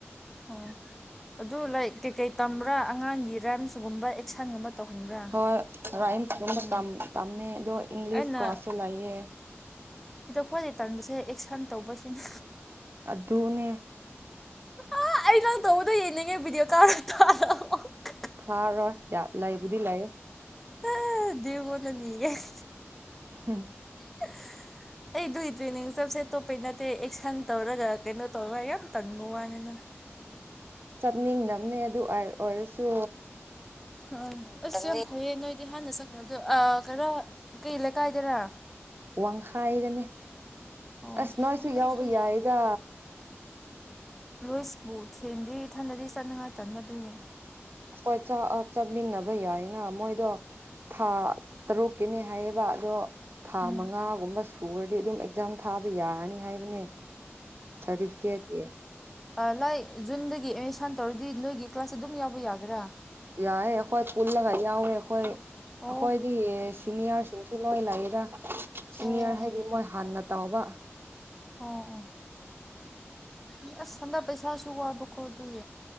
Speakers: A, in the centre; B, on the right (about 50°).
A: ꯑꯣ ꯑꯗꯨ ꯂꯩꯏ ꯀꯩꯀꯩ ꯇꯝꯕ꯭ꯔꯥ ꯑꯉꯥꯡꯒꯤꯔꯥ ꯅꯤꯁꯤꯒꯨꯝꯕ ꯑꯦꯛꯁꯟꯒꯨꯝꯕ ꯇꯧꯍꯟꯕ꯭ꯔꯥ
B: ꯍꯣꯏ ꯔꯥꯏꯝꯁꯀꯨꯝꯕ
A: ꯑꯦ
B: ꯇꯝ ꯇꯝꯃ‌ꯦ ꯑꯗꯣ ꯏꯪꯂꯤꯁ
A: ꯑꯩꯅ
B: ꯀ꯭ꯂꯥꯁꯁꯨ ꯂꯩꯌꯦ
A: ꯑꯩꯈꫭꯏꯗꯤ ꯇꯥꯟꯕꯁꯦ ꯑꯦꯛꯁꯟ ꯇꯧꯕꯁꯤꯅꯤ
B: ꯑꯗꯨꯅꯦ
A: ꯑꯥ ꯑꯩ ꯅꯪ ꯇꯧꯕꯗꯣ ꯌꯦꯡꯅꯤꯡꯉꯦ ꯚꯤꯗꯤꯑꯣ ꯀꫭꯜ ꯇꯧꯔꯛꯑꫭ
B: ꯊꯥꯔꯣꯏ ꯌꯥ ꯂꯩꯕꯨꯗꯤ ꯂꯩꯥꯌ‌ꯦ
A: ꯑꯥ ꯗꯦꯕꯣꯅꯅꯤꯌ‌ꯦ
B: ꯍꯝ
A: <unintelligible> ꯑꯩ ꯑꯗꯨꯏ ꯇ꯭ꯔꯦꯅꯤꯡ ꯆꯞꯁꯦ ꯑꯇꯣꯞꯄꯩ ꯅꯠꯇꯦ ꯑꯦꯛꯁꯟ ꯇꯧꯔꯒ ꯀꯩꯅꯣ ꯇꯧꯔ ꯌꯥꯝ ꯇꯧꯅꯤꯡꯕ ꯋꯥꯅꯤꯗ <unintelligible>
B: ꯆꯠꯅꯤꯡ ꯗꯞꯅ‌ꯦ ꯑꯗꯨ ꯑꯣꯏ ꯑꫭꯏꯔꯁꯨ
A: ꯎꯝ ꯑꯁ ꯌꯥꯝ ꯐꯩꯌꯦ ꯅꯣꯏꯗꯤ ꯍꯥꯟꯅ ꯆꯠꯈ꯭ꯔꯕꯗꯣ ꯑꯥ ꯈꯔꯥ ꯀꯩ ꯂꯩꯀꯥꯏꯗꯔ
B: ꯋꯥꯡꯈꯥꯏꯗꯅꯦ
A: ꯑꯣ
B: ꯑꯁ ꯅꯣꯏꯁꯨ
A: ꯄꯪꯈꯩ
B: ꯌꯥꯎꯕ
A: ꯁꯨꯝ
B: ꯌꯥꯏꯗ
A: ꯂꯣꯏꯁꯄꯨ ꯊꯦꯡꯗꯤ ꯏꯊꯟꯗꯗꯤ ꯆꯠꯅꯤꯡ ꯉꯥꯏꯇꯟꯕ ꯑꯗꯨꯏꯅꯦ
B: ꯍꯣꯏ ꯆꯥ ꯑꯥ ꯆꯠꯃꯤꯟꯅꯕ ꯌꯥꯏꯅ ꯃꯣꯏꯗꯣ ꯊꯥ ꯇꯔꯨꯛꯀꯤꯅꯦ ꯍꯥꯏꯌꯦ ꯍꫭꯏꯕ ꯑꯗꯣ ꯊꯥ
A: ꯎꯝ
B: ꯃꯉꯥꯒꯨꯝꯕ ꯁꯨꯔꯗꯤ ꯑꯗꯨꯝ ꯑꯦꯛꯖꯥꯝ ꯊꯥꯕ ꯌꯥꯔꯅꯤ ꯍꯥꯏꯕꯅꯦ ꯁꯔꯗꯤꯐꯤꯒ‌ꯦꯠꯇꯤ
A: ꯑꯥ ꯂꯥꯏ ꯖꯨꯟꯗꯒꯤ ꯑꯦꯠꯃꯤꯁꯟ ꯇꯧꯔꯗꯤ ꯅꯣꯏꯒꯤ ꯀ꯭ꯂꯥꯁ ꯑꯗꯨꯝ ꯌꯥꯎꯕ ꯌꯥꯒꯔꯥ
B: ꯌꯥꯏ ꯑꯩꯈꯣꯏ ꯄꯨꯜꯂꯒ ꯌꯥꯎꯋꯦ ꯑꯩꯈꯣꯏ ꯑꯩꯈꯣꯏꯗꯤ
A: ꯑꯣ
B: ꯁꯤꯅꯤꯌꯥꯔꯁꯤꯡ ꯁꯨ ꯂꯣꯏ ꯂꯥꯛꯏꯦꯗ ꯁꯤꯅꯤꯌꯔ
A: ꯑꯣ
B: ꯍꯥꯏꯗꯤ
A: ꯑꯣ
B: ꯃꯣꯏ ꯍꯥꯟꯅ ꯇꯥꯎꯕ
A: ꯑꯣ ꯑꯣ ꯑꯁ ꯍꯟꯗꯛ ꯄꯩꯁꯥ ꯁꯨꯕ ꯋꯥꯕꫭ ꯀꫭꯗꯤ